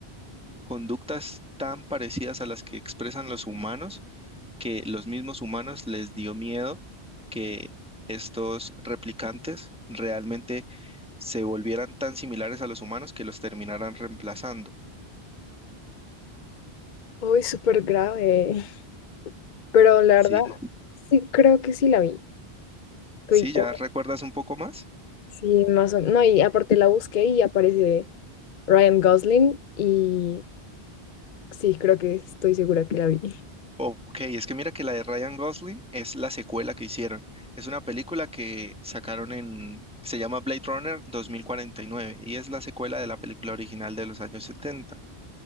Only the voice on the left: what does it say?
Uy, súper grave. Pero la verdad,
sí, creo que sí la vi. todita.
Sí, más o menos. No, y aparte la busqué y aparece Ryan Gosling y sí, creo que estoy segura que la vi.